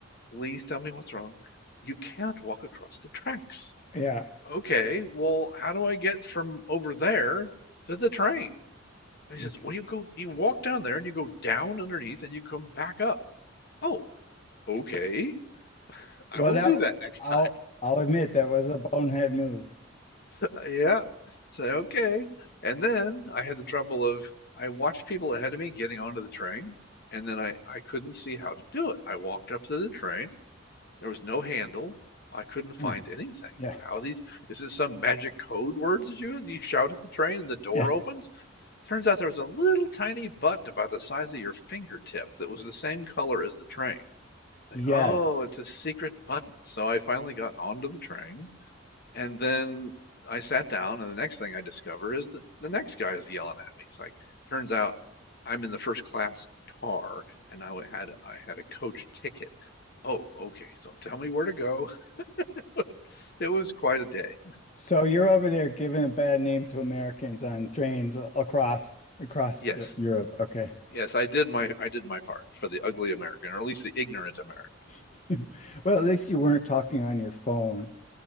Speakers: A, on the left; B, on the left.
A: Please tell me what's wrong. You can't walk across the tracks."
B: Yeah.
A: Okay, well, how do I get from over there to the train? And
B: You,
A: he says, "Well,
B: c-
A: you go, you walk down there and you go down underneath and you come back up." Oh, okay, I
B: well,
A: will
B: that
A: do that next
B: I'll
A: time.
B: I'll admit that was a bonehead move.
A: Uh, Yeah. So, okay. And then I had the trouble of I watched people ahead of me getting onto the train, and then I, I couldn't see how to do it. I walked up to the train. There was no handle. I couldn't find
B: Mm,
A: anything.
B: Yeah.
A: How these, is this some magic code words that you you shout at the train and the door
B: Yeah.
A: opens? Turns out there was a little tiny button about the size of your fingertip that was the same color as the train. It's like,
B: Yes.
A: oh, it's a secret button. So I finally got onto the train and then I sat down, and the next thing I discover is that the next guy is yelling at me. It's like, turns out I'm in the first class car, and I had I had a coach ticket. Oh, okay. So tell me where to go. <laughs> It was quite a day.
B: So you're over there giving a bad name to Americans on trains a- across across
A: Yes,
B: the, Europe. Okay.
A: yes, I did my I did my part for the ugly American, or at least the ignorant American.
B: <laughs> Well, at least you weren't talking on your phone,